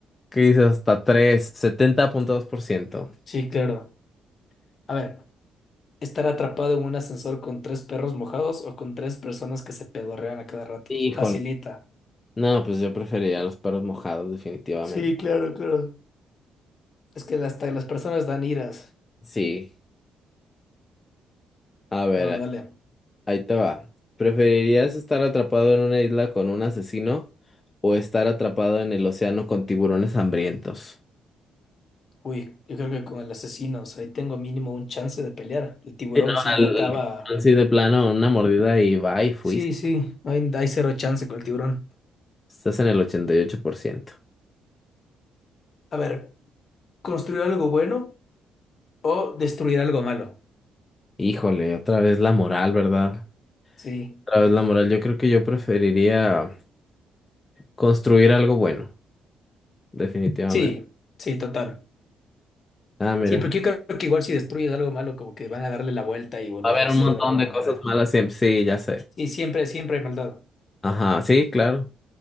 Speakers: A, on the left; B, on the left.
A: ¿Qué hizo? Hasta tres setenta punto dos por ciento
B: sí, claro. A ver, estar atrapado en un ascensor con tres perros mojados o con tres personas que se pedorrean a cada rato.
A: Híjole.
B: Facilita.
A: No, pues yo preferiría los perros mojados, definitivamente.
B: Sí, claro, claro. Es que hasta las personas dan iras.
A: Sí. A ver,
B: La verdad,
A: ahí,
B: Leo.
A: ahí te va. ¿Preferirías estar atrapado en una isla con un asesino o estar atrapado en el océano con tiburones hambrientos?
B: Uy, yo creo que con el asesino, o sea, ahí tengo mínimo un chance de pelear. El tiburón
A: Sí, no,
B: sí
A: al,
B: me acaba.
A: sí, de plano, una mordida y va y fuiste.
B: Sí, sí, no hay, hay cero chance con el tiburón.
A: Estás en el ochenta y ocho por ciento
B: A ver, ¿construir algo bueno o destruir algo malo?
A: Híjole, otra vez la moral, ¿verdad?
B: Sí,
A: Otra vez la moral. Yo creo que yo preferiría construir algo bueno, definitivamente.
B: sí, sí, total.
A: Ah, mira.
B: Sí, porque yo creo que igual si destruyes algo malo, como que van a darle la vuelta y volverlo
A: Va a haber
B: a hacer
A: un montón
B: de alguna
A: de
B: manera.
A: cosas malas siempre. Sí, ya sé.
B: Sí, siempre, siempre hay maldad.
A: Ajá, sí, claro.